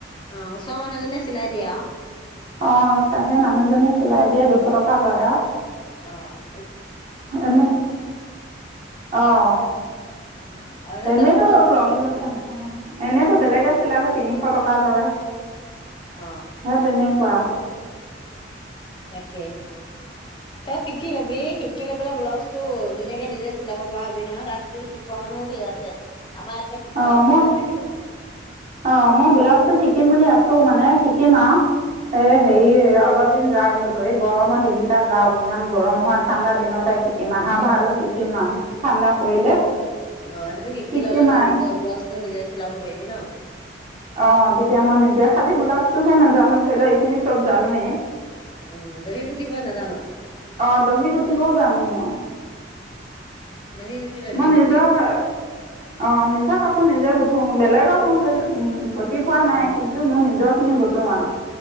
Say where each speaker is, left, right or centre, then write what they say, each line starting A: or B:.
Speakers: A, on the left; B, on the right.
A: অ ওচৰৰ মনোহ এজনী চিলাই দিয়ে আও।
B: অ তাহে মানুহজনী চিলাই দিয়ে দুশ টকা লয় আৰু।
A: অহ
B: এনে অহ
A: অ অইনৰ
B: এনেতো
A: দাম বেছি হ'ব
B: ৰঞ্জন আহ এনেতো বেলেগ আছে চিলালে তিনিশ টকা লয়।
A: অ
B: সেই তেনেকুৱা।
A: তাকে। তই শিকি লবি শিক শিকি লৈ পেলায় ব্লাউজটো ধুনীয়াকে নিজে চিলাব পৰা হবি নহয়, তাত তোৰ শিকোৱা মানুহো ধেৰ আছে। আমাৰ ইয়াতে শিকোৱা
B: অ',
A: মানুহো
B: মই
A: নাথাকে বাৰু
B: অ', মই বোলাউজটো শিকো শিকিম বুলি আছো, মানে শিকিম আৰু। এ', হেৰি অলপ দিন যাওক। বোলো এই গৰমৰ দিনকেইটা যাও ইমান গৰম হয়, ঠাণ্ডা দিনতে শিকিম আহা ভাল হয় শিকিম আৰু। ঠাণ্ডা পৰিলে
A: অ ', সেইটো শিকি
B: শিকিম
A: ললে তই
B: আৰু
A: নিজৰ ব্লু তোৰ নিজে চিলাব পাৰিবি ন?
B: অ ', তেতিয়া মই নিজে খালি বোলাউজটোহে নাজানো ধৰি লঃ এইখিনি চব জানোৱেই।
A: অ ', দহি গুঠিব নাজান?
B: অহ', দহি - গুঠিব উঠিবও জানো মই।
A: দহি গুঠি লবি
B: মই নিজৰ
A: নিজে
B: অ', নিজৰ কাপোৰ নিজে গুঠো বেলেগক মই ধৰি ল', গতি পোৱা
A: অ
B: নাই কিন্তু মোৰ নিজৰখিনি তোৱাহ